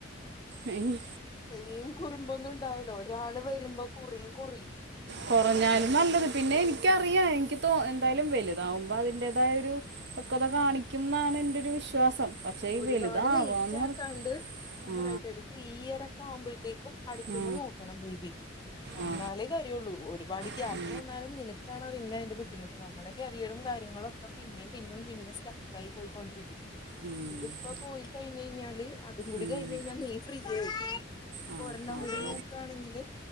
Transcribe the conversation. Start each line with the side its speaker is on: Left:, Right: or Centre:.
Right: അയിന്
Left: സെയിം കുറുമ്പൊന്നും ഒണ്ടാവൂല ഒരാള് വരുമ്പോ കുറയും കുറയും
Right: കൊറഞ്ഞാലും നല്ലത് പിന്നെ എനിക്കറിയാം എനിക്ക് തോ എന്തായാലും വെലു ഇതാവുമ്പോ അതിന്റെതായ ഒരു പക്വത കാണിക്കും ന്നാണ് എന്റൊരു വിശ്വാസം പക്ഷേ ഈ
Left: ഒരുപാട്
Right: വലുതാവാന്ന്
Left: ലേറ്റ് ആക്കാണ്ട്
Right: പറഞ്ഞു
Left: ഞാൻ
Right: ആ
Left: പറയട്ടെ ഒരു ത് ത്രീ ഇയർ ഒക്കെ ആവുമ്പോഴത്തേക്കും അടുത്തന്ന്
Right: ആ
Left: നോക്കണം ബേബി അന്നാലേ
Right: ആ
Left: കാര്യുള്ളൂ ഒരുപാട് ഗ്യാപ്പ്
Right: ഉം,
Left: വന്നാലും നിനക്കാണാ പിന്നെ അതിന്റെ ബുദ്ധിമു നമ്മടെ കരിയറും കാര്യങ്ങളും ഒക്കെ പിന്നെയും പിന്നെയും പിന്നേം സ്റ്റക്ക് ആയി പോയി ക്കൊണ്ടിരിക്കും
Right: ഉം.
Left: ഇതിപ്പോ പോയി കഴിഞ്ഞ് കഴിഞ്ഞാല് അതും കൂടി
Right: ഉം.
Left: കഴിഞ്ഞ് കഴിഞ്ഞാ നീ ഫ്രീ ആയി
Right: ആ
Left: അപ്പൊ ഒരെണ്ണം
Right: അത്
Left: കൂടി നോക്കാണെങ്കില്